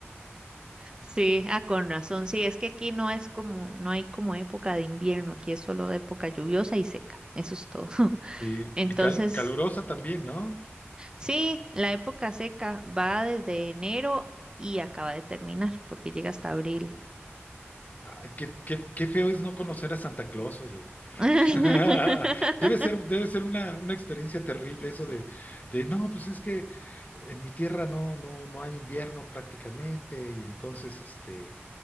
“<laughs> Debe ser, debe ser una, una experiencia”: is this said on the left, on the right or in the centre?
Left